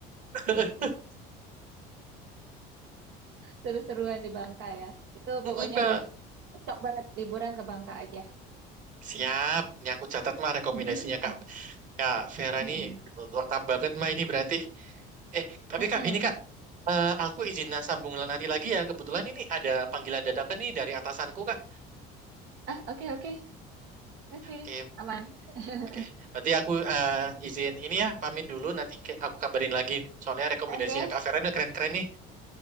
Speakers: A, on the right; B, on the right.
A: <laughs>
B: Seru-seruan di Bangka ya. Itu
A: mm,
B: pokoknya
A: mm, Kak.
B: udah cocok banget liburan ke Bangka aja.
A: Siap, ini aku catat mah rekomendasinya
B: <laughs>
A: Kak Kak Vera
B: Mm-mm.
A: ini lengkap banget mah ini berarti. Eh, tapi
B: Mm-mm.
A: Kak, ini Kak, eh, aku izin sambung lain hati lagi ya. Kebetulan ini ada panggilan dadakan nih dari atasanku Kak.
B: Ah, oke oke. Oke,
A: Eh, oke,
B: aman. <laughs>
A: oke. Berarti aku eh, izin ini ya, pamit dulu nanti ke- aku kabarin lagi. Soalnya rekomendasinya
B: Oke.
A: Kak Vera ini keren-keren nih.